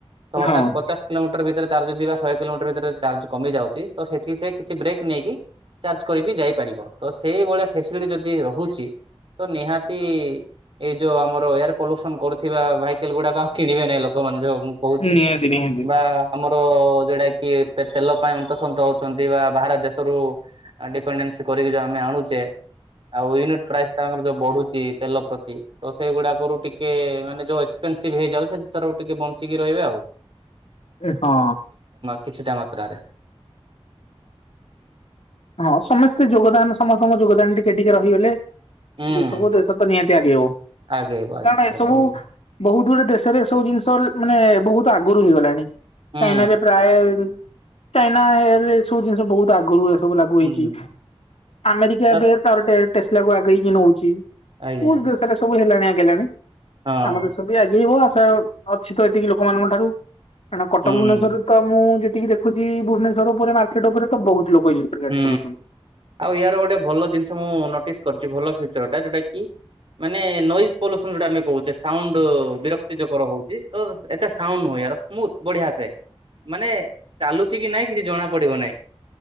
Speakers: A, on the right; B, on the left.
A: ତ ହଠାତ୍
B: ହଁ
A: ପଚାଶ କିଲୋମିଟର ଭି ଯଦି ବା ଶହେ କିଲୋମିଟର ଭିତରେ ଚାର୍ଜ କମି ଯାଉଛି ତ ସେଠି ସେ କିଛି ବ୍ରେକ୍ ନେଇକି ଚାର୍ଜ କରିବି ଯାଇପାରିବ, ତ ସେଇଭଳିଆ ଫେସିଲିଟି ଯଦି ରହୁଛି ତ ନିହା ତି ଏଇ ଯୋଉ ଆମର ଏୟାର ପଲ୍ୟୁସନ କରୁଥିବା ଭାଇକେଲ ଗୁଡ଼ାକ ଆଉ କିଣିବେ ନାହିଁ ଲୋକମାନେ ଯୋଉ ମୁଁ କହୁଛି
B: ନିହାତି ନିହାତି।
A: ବା ଆମ ଯଉଟା କି ତେଲ ପାଇଁ ଅନ୍ତସନ୍ତ ହଉଛନ୍ତି ବା ବାହାର ଦେଶରୁ ଡିପେନ ସ ଉ ଆମେ ଆଣୁଛେ, ଆଉ ୟୁନିଟି ପ୍ରାଇସି ତାଙ୍କର ଯଉ ବଢୁଛେ ତେଲ ପ୍ରତି ତ ସେଗୁଡାରୁ ଟିକେ ମାନେ ଯୋଉ ଏକ୍ସପେନସିଭ ହେଇଯାଉ, ସେ ଟିକେ ବଞ୍ଚିକି ରହିବା। ଯାଉ
B: ହଁ
A: କିଛିଟା ମାତ୍ରାରେ
B: ହଁ ସମସ୍ତେ ଯୋଗଦାନ, ସମସ୍ତଙ୍କ ଯୋଗଦାନ ଟିକେ ଟିକେ ରହିଗଲେ।
A: ହୁଁ
B: ଏ ସବୁ ଦେଶ ତ ନିହାତି ଆଗେଇବ
A: ଆଗେଇବ ଆଜ୍ଞା
B: କାରଣ ଏସବୁ
A: ସତ କଥା
B: ବହୁତ ଗୁଡ଼େ ଦେଶରେ ଏ ସବୁ ଜିନିଷ ମାନେ ବହୁତ ଆଗରୁ ହେଇଗଲାଣି,
A: ହୁଁ
B: ଚାଇନାରେ ପ୍ରାୟେ - ଚାଇନା ଏ ରେ ସବୁ ଜିନିଷ ବହୁତ ଆଗରୁ ସବୁ ଲାଗୁ
A: ହୁଁ
B: ହେଇଛି, ଆମେରିକା
A: ତା
B: ଏବେ ତାର ଟେଷଲାକୁ ଆଗେଇକି ନଉଛି।
A: ଆଜ୍ଞା
B: ବହୁତୁ ଦେଶରେ ସବୁ ହେଲାଣି, ଆଗେଇଲାଣି,
A: ହଁ
B: ଆମ ଦେଶ ବି ଆଗେଇବ। ଅଛି ତ ଏତିକି ଲୋକମାନଙ୍କ ଠାରୁ କାରଣ କଟକ
A: ହୁଁ
B: ଭୁବନେଶ୍ୱରରେ ତ ମୁଁ ଯେ ଟିକେ ଦେଖୁଛି ଭୁବନେଶ୍ଵର ଉପରେ ମାର୍କେଟ ଉପରେ ବହୁତ ଲୋକ। ଇଲେକ୍ଟ୍ରିକ ଗାଡି
A: ହୁଁ
B: ଚଲଉଛନ୍ତି।
A: ଆଉ ୟାର ଗୋଟେ ଭଲ ଜିନିଷ ମୁଁ ନୋଟିସ୍ କରିଛି ଭଲ ଫ୍ୟୁଚର ଯୋଉଟା କି ମାନେ ନଏଜ ପଲ୍ୟୁସନ ଯୋଟା ଆମେ କହୁଛେ। ସାଉଣ୍ଡ ବିରକ୍ତି ଯକର ହଉଛି, ତ ଏତେ ସାଉଣ୍ଡ ନୁଁ ସ୍ମୁଥ ବଢିଆ ସେ ମାନେ ଚାଲୁଛି କି ନାଇଁ କିଛି ଜଣା ପଡିବ ନାହିଁ।